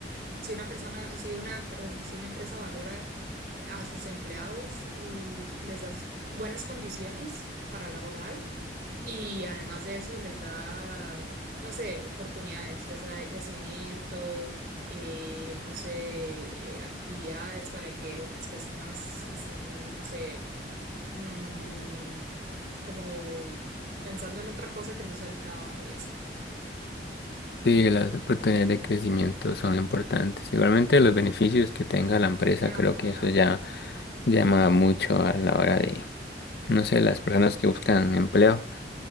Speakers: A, on the right; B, on the left.
A: si una persona, si una, perdón, si una empresa valora a sus empleados, l- les da buenas condiciones para laboral y además de eso les da, no sé, oportunidades, ya sea de crecimiento, eh, no sé, eh, actividades para que las personas estén, no sé, mm, como pensando en otra cosa que no sea el trabajo y así.
B: Sí, las oportunidades de crecimiento son importantes. Igualmente los beneficios que tenga la empresa,
A: Ajá,
B: creo que eso ya
A: también.
B: llama mucho a la hora de, no sé, las personas que buscan empleo.